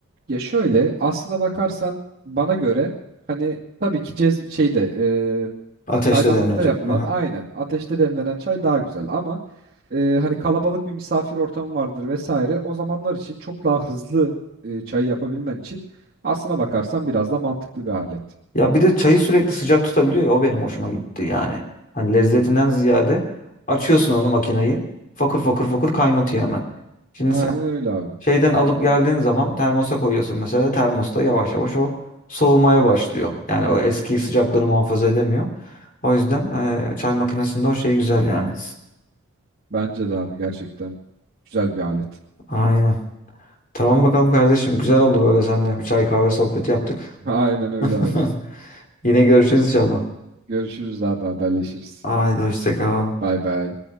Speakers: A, on the right; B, on the left.
A: ya şöyle aslına bakarsan bana göre hani tabii ki cez şeyde e,
B: Ateşle
A: çaydanlıkta
B: demlenecek.
A: yapılan
B: Aha.
A: aynen ateşte demlenen çay daha güzel ama e, hani kalabalık bir misafir ortamı vardır vesaire. O zamanlar için çok daha hızlı e, çay yapabilmen için aslına bakarsan biraz da mantıklı bir alet.
B: Ya bir de çayı sürekli sıcak tutabiliyor ya. O benim hoşuma gitti yani. Hani lezzetinden ziyade açıyorsun onu makineyi. Fokur fokur fokur kaynatıyor hemen. Şimdi
A: Aynen öyle abi.
B: Şeyden alıp geldiğin zaman termosa koyuyorsun mesela. Termosta yavaş yavaş o soğumaya başlıyor. Yani o eski sıcaklığını muhafaza edemiyor. O yüzden e, çay makinesinde o şey güzel yani.
A: Bence de abi gerçekten güzel bir alet.
B: Aynen. Tamam bakalım kardeşim. Güzel oldu böyle seninle. Bir çay kahve sohbeti yaptık.
A: <laughs> Aynen öyle
B: <laughs>
A: abi.
B: Yine görüşürüz inşallah.
A: Görüşürüz abi haberleşiriz.
B: Haydi hoşça kal.
A: Bay bay.